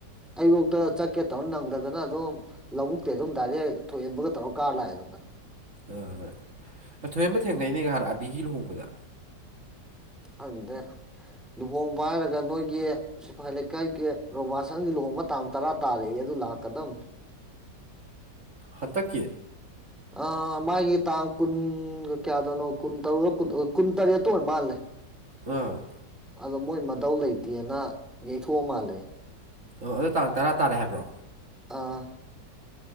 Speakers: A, in the centre; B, on the right.
A: ꯑꯩꯐꯣꯛꯇ ꯆꯠꯀꯦ ꯇꯧꯔ ꯅꯪꯗꯗꯅ ꯑꯗꯨꯝ ꯂꯧꯕꯨꯛꯇꯤ ꯑꯗꯨꯝ ꯗꯥꯏꯔꯦꯛ ꯊ ꯊꯣꯛꯍꯟꯕꯒ ꯇꯧꯔ ꯀꯥꯔ ꯂꯥꯛꯑꯦꯗꯅ
B: ꯑ ꯑ ꯊꯣꯏꯍꯦꯟꯕ ꯊꯦꯡꯅꯩꯅꯦ ꯉꯍꯥꯟ ꯑꯕꯤꯒꯤ ꯂꯨꯍꯣꯡꯕꯗ
A: ꯑꯗꯨꯗ ꯂꯨꯍꯣꯡꯕ ꯍꯥꯏꯔꯒ ꯅꯣꯏꯒꯤ ꯁꯤꯐꯥꯏ ꯂꯩꯀꯥꯏꯒꯤ ꯔꯣꯕꯥꯁꯪꯒꯤ ꯂꯣꯡꯕ ꯇꯥꯡ ꯇꯔꯥ ꯇꯥꯔꯛꯑꯦ ꯑꯗꯨ ꯂꯥꯛꯀꯗꯕ
B: ꯍꯇꯀꯤ
A: ꯑ ꯃꯥꯒꯤ ꯇꯥꯡ ꯀꯨꯟꯒ ꯀꯌꯥꯗꯅꯣ ꯀꯨꯟ ꯇꯔꯨꯛ ꯀꯨꯟ ꯇꯔꯦꯠ ꯑꯗꯨ ꯑꯣꯏ ꯃꯥꯜꯂꯦ
B: ꯎꯝ
A: ꯑꯗꯣ ꯃꯣꯏ ꯃꯇꯧ ꯂꯩꯇꯦꯅ ꯌꯩꯊꯣꯛꯑ ꯃꯥꯜꯂꯦ
B: ꯑꯣ ꯑꯗꯨꯗꯣ ꯇꯥꯡ ꯇꯔꯥ ꯇꯥꯔꯦ ꯍꯥꯏꯕ꯭ꯔꯣ
A: ꯑꯥ